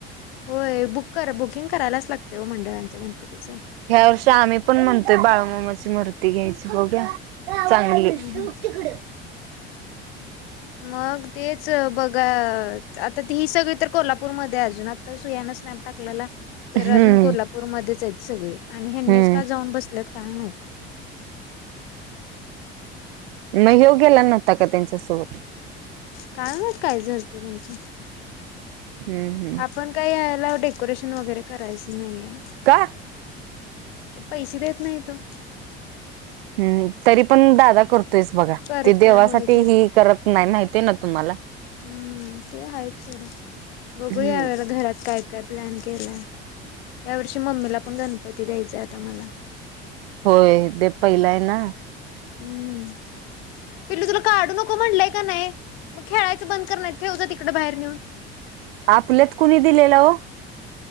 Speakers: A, on the left; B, on the right.
A: होय. बुक कर बुकिंग करायलाच लागतय हो मंडळांच्या गणपतीचं.
B: ह्या वर्षी आम्ही पण म्हणतोय बाळूमामाची मूर्ती घ्यायची बघूया. चांगली
A: हम्म
B: ए.
A: हम्म. मग तेच बघा -आता ती सगळी तर कोल्हापूरमध्ये अजून- तर सुयानं स्नॅप टाकलेला. तर
B: हम्म
A: अजून कोल्हापूरमध्येच आहेत सगळे आणि ह्यांनीच
B: हम्म
A: का जाऊन बसलेत काय माहित?
B: म ह्यो गेला नव्हता का त्यांच्यासोबत?
A: काय माहित काय झालत त्यांचं?
B: हम्म. हम्म.
A: पण काही ह्याला डेकोरेशन वगैरे करायचं नाहीए.
B: का?
A: पैसे देत नाहीए तो.
B: हम्. तरी पण दादा करतोयस बघा.
A: करतय
B: ते देवासाठी
A: होय ते
B: ही करत नाही माहिती आहे ना तुम्हाला?
A: हम्म. ते आहे थोडं. बघू
B: हम्म
A: यावेळेला घरात काय- काय प्लॅन केलाय? यावर्षी मम्मीला पण गणपती द्यायचाय आता मला.
B: होय. ते पहिला आहे ना?
A: अं. पिल्लू तुला काढू नको म्हटलंय का नाही? मग खेळायचं बंद कर नाही त ठेव जा तिकडं बाहेर नेऊन.
B: आपल्यात कुणी दिलेला हो?